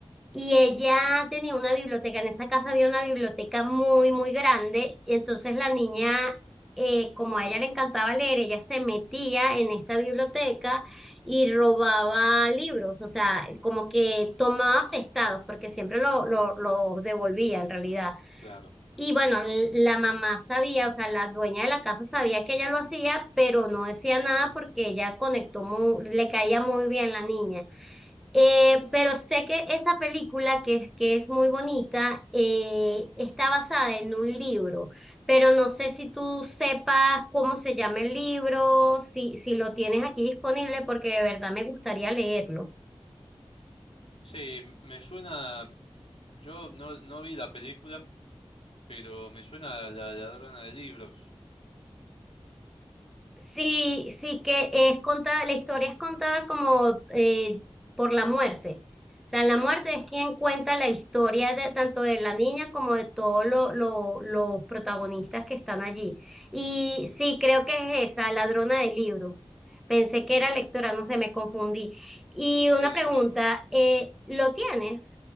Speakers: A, in the centre; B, on the left.
A: Y ella tenía una biblioteca, en esa casa había una biblioteca muy, muy grande, y entonces la niña, eh, como a ella le encantaba leer, ella se metía en esta biblioteca y robaba libros, o sea, como que tomaba prestados, porque siempre lo, lo, lo devolvía en realidad.
B: claro.
A: Y bueno, l- la mamá sabía, o sea, la dueña de la casa sabía que ella lo hacía, pero no decía nada porque ella conectó muy, le caía muy bien la niña. Eh, pero sé que esa película, que, es- que es muy bonita, eh, está basada en un libro, pero no sé si tú sepas cómo se llama el libro, si, si lo tienes aquí disponible, porque de verdad me gustaría leerlo.
B: Sí, m- me suena, yo no, no vi la película, pero me suena a La ladrona de libros.
A: Sí, sí que es contada, la historia es contada como eh, por la muerte. O sea, la muerte es quien cuenta la historia de, tanto de la niña como de todos lo- lo- los protagonistas que están allí. Y sí, creo que es esa, ladrona de libros. Pensé que era lectora, no sé, me confundí. Y una
B: Sí, no
A: pregunta,
B: hay problema.
A: eh, ¿lo tienes?